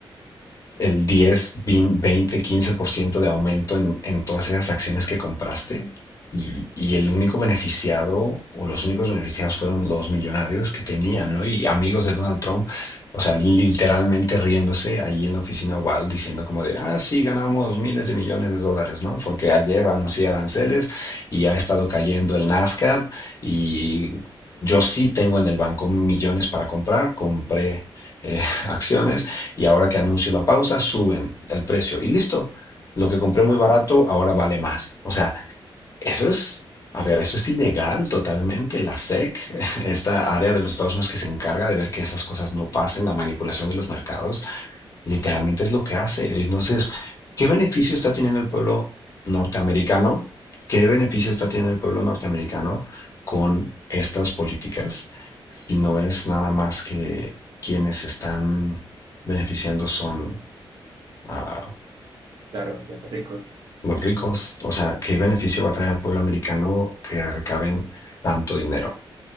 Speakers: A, on the left; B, on the right.
A: el diez veinte quince por ciento de aumento en, en todas esas acciones que compraste y, y el único beneficiado o los únicos beneficiados fueron los millonarios que tenían, ¿no? Y amigos de Donald Trump, o sea, literalmente riéndose ahí en la oficina Oval diciendo como de, ah, sí, ganamos miles de millones de dólares, ¿no? Porque ayer anuncié aranceles y ha estado cayendo el Nasdaq y yo sí tengo en el banco millones para comprar, compré eh, <laughs> acciones y ahora que anuncio la pausa, suben el precio y listo. Lo que compré muy barato ahora vale más. O sea, eso es, a ver, eso es ilegal totalmente. La SEC, <laughs> esta área de los Estados Unidos que se encarga de ver que esas cosas no pasen, la manipulación de los mercados, Literalmente es lo que hace. Entonces, ¿qué beneficio está teniendo el pueblo norteamericano? ¿Qué beneficio está teniendo el pueblo norteamericano con estas políticas? Si no es nada más que quienes están beneficiando son ah,
B: Claro, los ricos.
A: los ricos. O sea, ¿qué beneficio va a traer al pueblo americano que recaben tanto dinero?